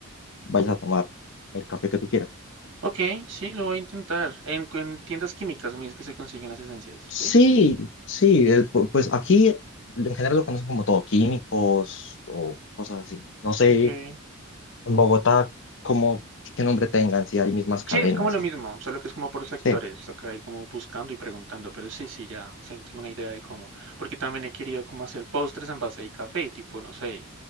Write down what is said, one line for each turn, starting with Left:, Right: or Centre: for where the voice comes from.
Left: vayas a tomar el café que tú quieras.
Right: Ok, sí, lo voy a intentar. En, en tiendas químicas, me dice que se consiguen las esencias,
Left: Sí,
Right: ¿sí?
Left: sí, eh, pu- pues aquí en general lo conocen como todo, químicos o cosas así. No sé
Right: Ok.
Left: En Bogotá, como qué nombre tengan, si hay mismas cadenas.
Right: Sí, es como lo
Left: ¿no?
Right: mismo, solo que es como por sectores,
Left: Sí,
Right: toca ir como buscando y preguntando, pero sí, sí, ya sí, tengo una idea de cómo, porque también he querido como hacer postres en base de café, tipo, no sé,